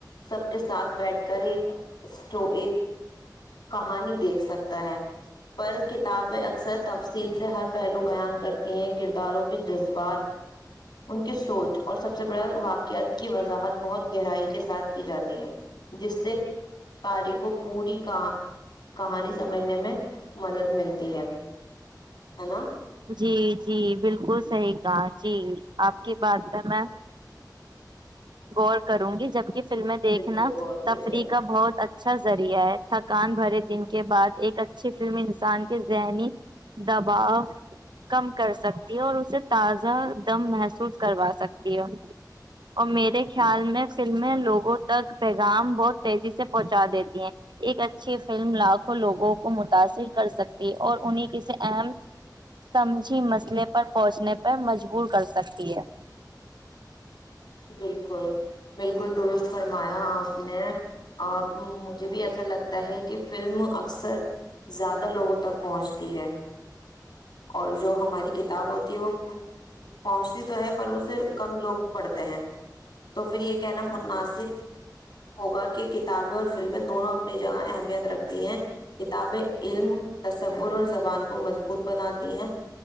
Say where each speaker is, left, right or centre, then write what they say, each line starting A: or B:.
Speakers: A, on the left; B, on the right.
A: سب کے ساتھ بیٹھ کر ایک اسٹو ایک کہانی دیکھ سکتا ہے پر کتابیں اکثر تفصیل سے ہر پہلو بیان کرتی ہیں کرداروں کو کے جذبات ان کی سوچ اور سب سے بڑا واقعات کی وضاحت بہت گہرائی کے ساتھ کی جاتی ہے جس سے کاری کو پوری کہہا کہانی سمجھنے میں مدد ملتی ہے ہے نا
B: جی جی بالکل صحیح کہا جی آپ کی بات ہے میں غور کروں گی جبک فلمیں دیکھنا
A: بالکل غور کریے
B: تفریح کا بہت اچھا اچھا ذریعہ ہے تھکان بھرے دن کے بعد ایک اچھی فلم انسان کے ذہنی دباؤ کم کر سکتے اور اسے تازہ دم محسوس کروا سکتی ہو اور میرے خیال میں پھر میں لوگوں تک پیغام بہت تیزی سے پہنچا دیتی ہیں ایک اچھی فلم لاکھوں لوگوں کو متاثر کر سکتی ہے اور انہیں کسی اہم سمجھی مسئلے پر پہنچنے پر مجبور کر سکتی ہے
A: بالکل بالکل درست فرمایا آپ نے آ مجھے بھی ایسا لگتا ہے کہ فلم اکثر زیادہ لوگوں تک پہنچتی ہے اور جو ہماری کتاب ہوتی ہے وہ پہنچتی تو ہے پر اسے کم لوگ بڑتے ہیں تو پھر یہ کہنا مناسب ہوگا کہ کتابیں اور فلمیں دونوں اپنی جگہ اہمیت رکھتی ہیں کتابیں علم تصور اور زبان کو مضبوط بناتی ہیں